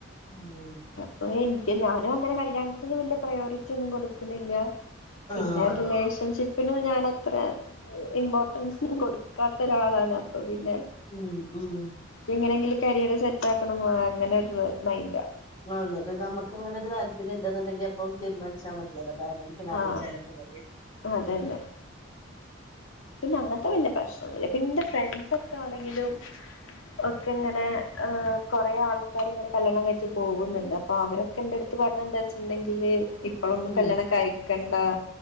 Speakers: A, on the left; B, on the left.
A: ഉം
B: അപ്പം എനി ക്ക്‌ ഞാനും അങ്ങനെ കല്യാണത്തിന് വല്യ പ്രയോറിറ്റി ഒന്നും കൊടുക്കുന്നില്ല പിന്നെ
A: ആഹ്
B: റിലേഷൻഷിപ്പ് പ്പിനും ഞാൻ അത്ര ഇമ്പോർട്ടൻസൊന്നും കൊടുക്കാത്ത ഒരാളാണ് അപ്പൊ പി പിന്നെ
A: ഉം ഉം
B: എങ്ങനെയെങ്കിലും കരിയർ സെറ്റ് ആക്കണം അങ്ങനെ ഒരു മൈൻഡാ
A: എന്നിട്ട് നമുക്ക് അങ്ങനെ ഒരു താല്പര്യം ഉണ്ടുന്നുണ്ടെങ്കി അപ്പം തീരുമാനിച്ചാൽ മതിയല്ലോ <unintelligible> ലാഭിച്ചാലൊക്കെ
B: ആ
A: മതി
B: അതന്നെ പിന്നെ അങ്ങനത്തെ വലിയ പ്രശ്നമൊന്നുമില്ല പിന്നെ എന്റെ ഫ്രണ്ട്സ് ഒക്കെ ആണെങ്കിലും ഒക്കെ ഇങ്ങനെ ആഹ് കൊറേ ആൾക്കാര് ഇങ്ങനെ കല്യാണം കഴിച്ച് പോകുന്നുണ്ട് അപ്പൊ അവരൊക്കെ എന്റെ അടുത്ത് പറഞ്ഞെ എന്താ വെച്ചിട്ടുണ്ടെങ്കില് ഇപ്പോളൊന്നും
A: ഉം
B: കല്യാണം കഴിക്കണ്ട